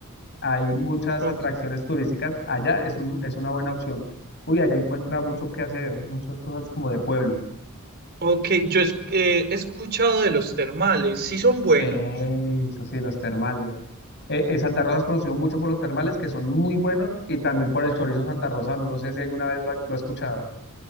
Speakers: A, on the left (about 55°); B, on the right (about 50°).
A: hay muchas
B: Ok,
A: atracciones turísticas. Allá es un, es una buena opción. Uy, allá encuentra mucho que hacer, muchas cosas como de pueblo.
B: ok, yo es- eh, he escuchado de los termales, sí son buenos.
A: Eh, eso sí, los termales. Eh, eh, Santa Rosa es conocido mucho por los termales, que son muy buenos, y también por el chorizo santarrosano. No sé si alguna vez lo, ha- lo ha escuchado.